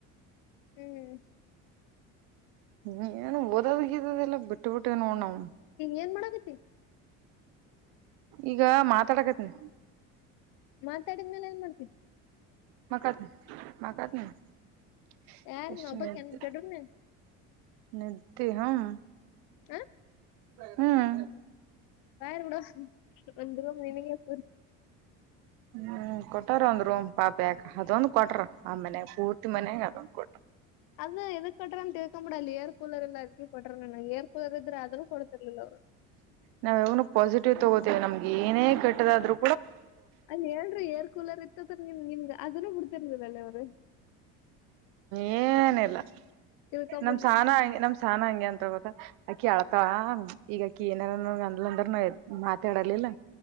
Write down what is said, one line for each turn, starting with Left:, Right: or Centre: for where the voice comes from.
Left: ಹ್ಮ್
Right: ಹ್ಮ್ ಏನು ಓದೂದ ಗಿದೂದ ಎಲ್ಲಾ ಬಿಟ್ಟು ಬಿಟ್ಟೇ ನೋಡ ನಾವು
Left: ಏನ್ ಮಾಡಕತಿ
Right: ಈಗ ಮಾತಾಡಕತನ
Left: ಮಾತಾಡಿದ್ಮೇಲೆ ಏನ್ ಮಾಡ್ತತಿ
Right: ಮಕಾತಿನಿ ಮಕತಿನಿ ಮಕತ್
Left: ಯಾರ್
Right: ಬಷ್ಟು
Left: ಒಬ್ಬಾಕಿ ಬೆಡ್ರೂಮ್ನ್ಯಾಗ
Right: ನಿದ್ದಿ ಹ್ಮ
Left: ಹ ಆ
Right: ಹ್ಮ್
Left: ಬ್ಯಾಡ ಬಿಡೋ ಬಂದಿರೋದ ನಿಂಗ್ಯಾಕ್
Right: ಹ್ಮ್ ಕೊಟಾರ ಒಂದ್ ರೂ ಪಾಪ ಯಾಕ ಅದೊಂದು ಕೊಟ್ರ ಆ ಮನ್ಯಾಗ ಪೂರ್ತಿ ಮನ್ಯಾಗ ಅದೊಂದ್ ಕೊಟ್ರ
Left: ಅದ ಎದಕ್ ಕೊಟ್ರ ಅಂತ ತಿಳ್ಕೊಂಡ ಬಿಡ ಅಲ್ಲಿ ಏರ್ ಕೂಲರ್ ಎಲ್ಲ ಅದಿ ಕೊಟ್ರೆ ನನ ಏರಕೂಲರ್ ಇದ್ರ ಆದನು ಕೊಡ್ತಿರಲಿಲ್ಲ ಅವರ
Right: ನಾವ ಯಾವಾಗನ ಪಾಸಿಟಿವ್ ತಗೋತೇವಿ ನಮ್ಗೆ ಏನೇ ಕೆಟ್ಟದಾದ್ರು
Left: ಅಲ್ಲಿ ಹೇಳ್ರಿ ಏರ್ ಕೂಲರ್ ಇತ್ತದ ನಿ ನಿಮಗ ಅದನ್ನು ಬಿಡ್ತಿರ್ಲಿಲ್ಲ ಅಲ್ಲ ಅವರು
Right: ಏನಿಲ್ಲ
Left: ತಿಳ್ಕೊಂಬಿಡ್
Right: ನಮ ಸಾನ
Left: ನೀನ್
Right: ಹಂ ನಮ ಸಾನ ಹಂಗೆ ಅಂತ ಗೊತ್ತ ಅಕಿ ಅಳ್ಕಳ ಈಗಾಕಿ ಏನಾರ ಅಂದ ಅಂದ್ರ ನ ಮಾತಾಡಲಿಲ್ಲ